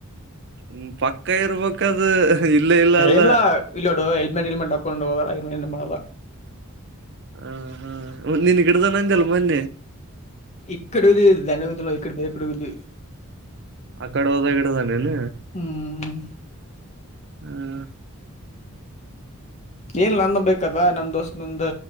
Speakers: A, on the right; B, on the left.
A: ಹ್ಮ ಪಕ್ಕ ಇರ್ಬೇಕದು ಇಲ್ಲ ಇಲ್ಲ ಅಲ್ಲ
B: ಎಲ್ಲ ಇಲ್ಲೋಡು ಹೆಲ್ಮೆಟ್ ಇಲ್ಮೆಟ್ ಹಾಕೊಂಡು ಹೋದ ಏನ್ ಮಾಡಲ್ಲ
A: ಹ ಹಾ ನಿನ್ ಗಿಡ್ದ ನಂದಲ್ಲೆ ಮೊನ್ನೆ
B: ಇಕ್ಕಡೆ ದಧಂಡವಿದ ಇಡೆ ಬರೆಡೆ <unintelligible>
A: ಆಕಡಿ ಹೋದಾಗ ಹಿಡ್ಧನ ಏನ
B: ಹ್ಮ್
A: ಹ
B: ಏನಿಲ್ಲ ನಂದ್ ಒಂದ್ ಬೈಕದ ನಮ ದೋಸ್ತ್ ನಂದ